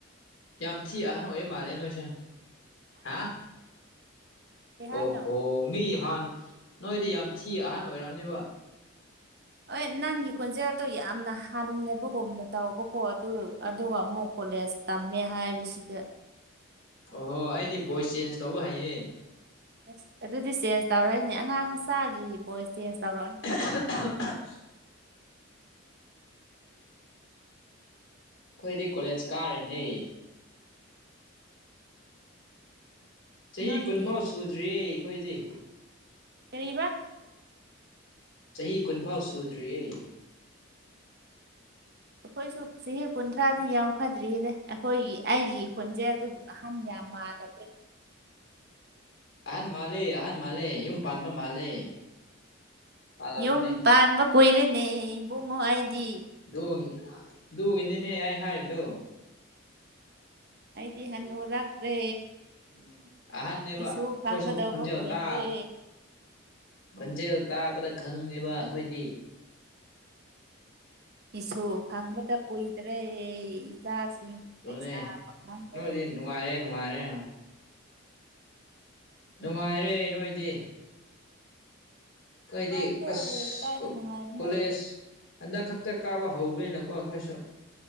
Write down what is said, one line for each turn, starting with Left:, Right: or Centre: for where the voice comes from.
Left: ꯌꯥꯝ ꯊꯤ ꯑꯍꯟ ꯑꯣꯏꯌꯦ ꯃꯥꯜꯂꯦ ꯅꯣꯏꯁꯦ ꯍꯥ
Right: ꯀꯩ ꯍꯥꯏꯅꯣ
Left: ꯑꯣ ꯍꯣ ꯃꯤ ꯍꯥꯟ ꯅꯣꯏꯗꯤ ꯌꯥꯝ ꯊꯤ ꯑꯍꯟ ꯑꯣꯏꯔꯝꯅꯤꯕ
Right: ꯍ ꯅꯪꯒꯤ ꯈꯣꯟꯖꯦꯜꯗꯣ ꯌꯥꯝꯅ ꯍꯟꯅꯕꯒꯨꯝꯅ ꯇꯥꯎꯕꯀꯣ ꯑꯗꯨ ꯑꯗꯨꯒ ꯑꯃꯨꯛ ꯀꯣꯂꯦꯖ ꯇꯝꯃꯦ ꯍꯥꯏꯕꯁꯤꯗ
Left: ꯑꯣꯍꯣ ꯑꯩꯗꯤ ꯚꯣꯏꯁ ꯆꯦꯟꯖ ꯇꯧꯕ ꯍꯩꯌꯦ
Right: ꯑꯁ ꯑꯗꯨꯗꯤ ꯆꯦꯟꯖ ꯇꯧꯔꯛꯑꯣꯅꯦ ꯑꯉꯥꯡ ꯃꯆꯥꯒꯤ ꯚꯣꯏꯁ ꯆꯦꯟꯖ ꯇꯧꯔꯛꯑꯣꯅꯦ
Left: ꯑꯗꯨ ꯑꯗꯨ ꯑꯩꯈꯣꯏꯗꯤ ꯀꯣꯂꯦꯖ ꯀꯥꯔꯤꯅꯦ ꯆꯍꯤ
Right: ꯅꯣꯏꯒꯤ
Left: ꯀꯨꯟꯐꯥꯎ ꯁꯨꯗ꯭ꯔꯤꯌꯦ ꯑꯩꯈꯣꯏꯗꯤ
Right: ꯀꯔꯤꯕ
Left: ꯆꯍꯤ ꯀꯨꯟꯐꯥꯎ ꯁꯨꯗ꯭ꯔꯤꯌꯦ
Right: ꯑꯩꯈꯣꯏꯁꯨ ꯆꯍꯤ ꯀꯨꯟꯊ꯭ꯔꯥꯗꯤ ꯌꯧꯐꯥꯠꯗ꯭ꯔꯤꯗ ꯑꯩꯈꯣꯏꯒꯤ ꯑꯩꯒꯤ ꯈꯣꯟꯖꯦꯜꯗꯨꯕꯨ ꯑꯍꯟ ꯌꯥꯝ ꯃꯥꯗꯕ꯭ꯔ
Left: ꯑꯍꯟ ꯃꯥꯜꯂꯦ ꯑꯍꯟ ꯃꯥꯜꯂꯦ ꯌꯨꯝ ꯄꯥꯟꯕ ꯃꯥꯜꯂꯦ ꯄꯥꯜꯂꯕ꯭ꯔꯅꯦ
Right: ꯌꯨꯝ ꯄꯥꯟꯕ ꯀꯨꯏꯔꯦꯅꯦ ꯏꯕꯨꯡꯉꯣ ꯑꯩꯗꯤ
Left: ꯗꯨ ꯗꯨꯒꯤꯅꯤꯅꯦ ꯑꯩ ꯍꯥꯏꯗꯨ
Right: ꯑꯩꯗꯤ ꯍꯥꯟꯅꯨꯔꯛꯂꯦ
Left: ꯎꯝ ꯑꯍꯟꯅꯦꯕ
Right: ꯏꯁꯨ
Left: ꯑꯩꯈꯣꯏꯁꯨ
Right: ꯐꯪꯒꯗꯕ
Left: ꯈꯣꯟꯖꯦꯜ
Right: ꯀꯨꯏꯗ꯭ꯔꯦ
Left: ꯇꯥ ꯈꯣꯟꯖꯦꯜ ꯇꯥꯕꯗ ꯈꯪꯉꯦꯕ ꯑꯩꯈꯣꯏꯗꯤ
Right: ꯏꯁꯨ ꯐꯪꯕꯗ ꯀꯨꯏꯗ꯭ꯔꯦ ꯏꯆꯥꯁꯤꯡ
Left: ꯑꯗꯨꯣꯅꯦ
Right: ꯂꯩꯁꯥ ꯄꯥꯈꯪꯗꯣ
Left: ꯅꯗꯤ ꯅꯨꯡꯉꯥꯏꯔꯦ ꯅꯨꯡꯉꯥꯏꯔꯦ ꯅꯨꯡꯉꯥꯏꯔꯦ ꯅꯣꯏꯗꯤ ꯀꯣꯏꯗꯤ
Right: ꯅꯨꯡꯉꯥꯏꯇꯦ
Left: ꯑꯁ
Right: ꯀꯗꯥꯏꯗ ꯅꯨꯡꯉꯥꯏꯕꯅꯣ
Left: ꯀꯣꯂꯦꯖ ꯍꯟꯗꯛ ꯈꯛꯇ ꯀꯥꯕ ꯍꯧꯕꯅꯤꯅꯀꯣ ꯑꯩꯈꯣꯏꯁꯨ